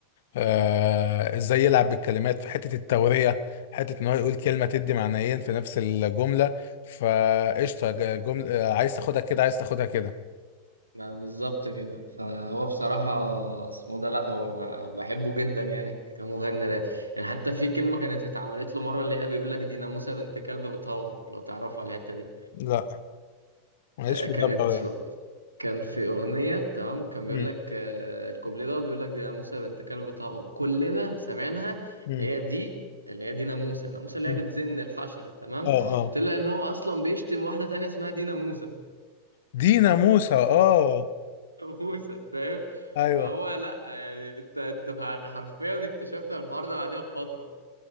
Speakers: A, on the left; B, on the right.
A: آه، ازاي يلعب بالكلمات في حته التوريه حته ان هو يقول كلمه تدي معنيين في نفس الجمله فقشطه ج- جمله آه، عايز تاخدها كده عايز تاخدها كده
B: ما بالظبط كده فهو بصراحة اسمه ده لأ هو أنا بحبه جدا يعني كمغني راب يعني حتى في كلمة كانت اتعملت له مرة اللي هي بيقول لك دي ناموسة بنت كلب بتهوه لو تعرفوا على الحتة دي
A: لا ماليش
B: آه،
A: في
B: كانت
A: ده بقى.
B: في- كان في أغنية تمام كان بيقول
A: مم.
B: لك آه، الكوبليه دوت بيقول لك دي ناموسة بنت كلب بتهوه كلنا سمعناها
A: مم.
B: اللي هي دي اللي هي دي ناموسة ناموسة اللي
A: مم.
B: هي بتزن الحشرة تمام
A: اه اه
B: طلع إن هو أصلا بيشتم واحدة تانية اسمها دي ناموسة
A: دينا موسى اه
B: <laughs> ناموسة فاهم
A: ايوه
B: فهو لا يعني انت انت فع- حرفيا اكتشفنا الحوار ده بعدها بفترة